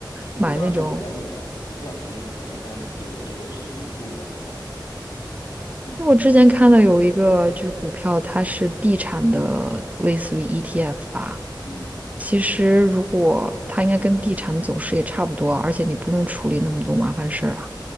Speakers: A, on the left (about 70°); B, on the right (about 20°).
A: 股票是可以的，
B: 买那种。
A: 股票肯定是可以，但也也只是一部分，你知道吧？嗯
B: 因为我之前看到有一个就是股票，它是地产的，类似于 ETF 吧。
A: 嗯
B: 其实如果它应该跟地产走势也差不多啊，而且你不用处理那么多麻烦事儿啊。